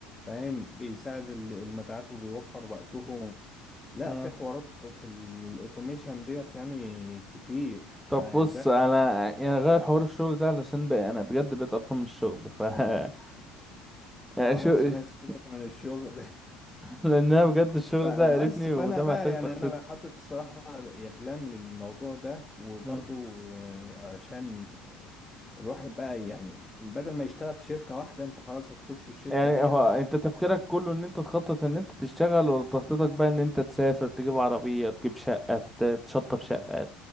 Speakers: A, on the left; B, in the centre.
A: فاهم بيساعد ال- المبيعات وبيوفر وقتهم لا
B: مم.
A: في حوارات في الاوتوميشن ديت يعني كتير
B: طب
A: فده
B: بص
A: لازم-
B: انا يعني غير حوار الشغل ده علشان بقى انا بجد بقيت قرفان من الشغل ف <laughs>
A: خلاص
B: يعني شو
A: ماشي
B: <laughs>
A: سيبك من الشغل <laughs>
B: لان انا بجد الشغل
A: ف- بس
B: ده قرفني
A: فانا
B: وده
A: بقى
B: محتاج
A: يعني
B: تخطيط
A: انا بقى حاطط الصراحه يا بلان للموضوع ده وبرضو
B: مم.
A: آه، عشان الواحد بقى يعني بدل ما يشتغل في شركه واحده انت خلاص هتخش في الشركه
B: يعني
A: ديت
B: هو انت تفكيرك كله ان انت تخطط ان انت تشتغل ولا تخطيطك بقى ان انت تسافر تجيب عربية تجيب شقة ت- تشطب شقة